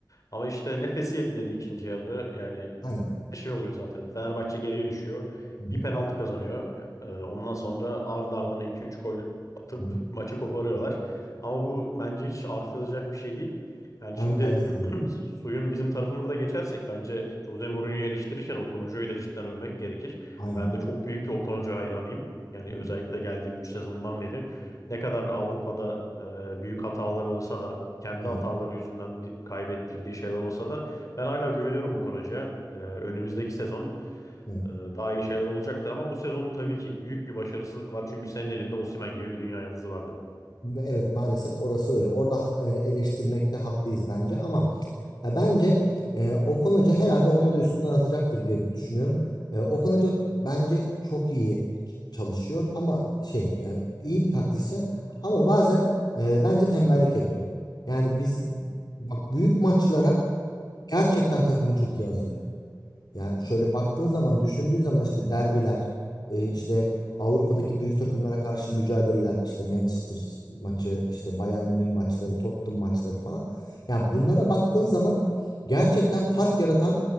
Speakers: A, on the left (about 50°); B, on the left (about 70°).
A: Ama işte nefesi yetmedi ikinci yarı. Yani
B: Aynen.
A: şey oluyor zaten. Fenerbahçe geriye düşüyor.
B: Hı
A: Bir
B: hı.
A: penaltı kazanıyor. Ee, ondan sonra ardı ardına 2-3 gol atıp
B: Hı hı.
A: maçı koparıyorlar. Ama bu bence hiç artılacak bir şey değil. Yani
B: Ben-
A: şimdi
B: Bence de.
A: <clears throat> suyun bizim tarafımıza da geçersek bence Jose Mourinho'yu eleştirirken Okan Hoca'yı da cidden övmek gerekir.
B: Aynen.
A: Ben de çok büyük bir Okan Hoca hayranıyım. Yani
B: Hı.
A: özellikle geldiği 3 sezondan beri ne kadar Avrupa'da e, büyük hataları olsa da kendi
B: Evet.
A: hataları yüzünden bir- kaybettirdiği şeyler olsa da ben hala güveniyorum Okan Hoca'ya. Ee, önümüzdeki sezon
B: Evet.
A: e, daha iyi şeyler olacaktır ama bu sezon tabii ki büyük bir başarısızlık var. Çünkü senin elinde Osimhen gibi bir dünya yıldızı vardı.
B: Evet maalesef orası öyle. Orada e, eleştirmekte haklıyız bence ama ya bence e, Okan Hoca herhalde onu da üstünden atacaktır diye düşünüyorum. E, Okan Hoca bence çok iyi ç- çalışıyor ama şey yani iyi bir taktisyen ama bazen e, bence tembellik yapıyor. Yani biz bak büyük maçlara gerçekten takımı çok iyi hazırlıyor. Yani şöyle baktığın zaman, düşündüğün zaman işte derbiler, e, işte Avrupa'daki büyük takımlara karşı mücadeleler, işte Manchester maçı, işte Bayern Münih maçları, Tottenham maçları falan. Yani bunlara baktığın zaman gerçekten fark yaratan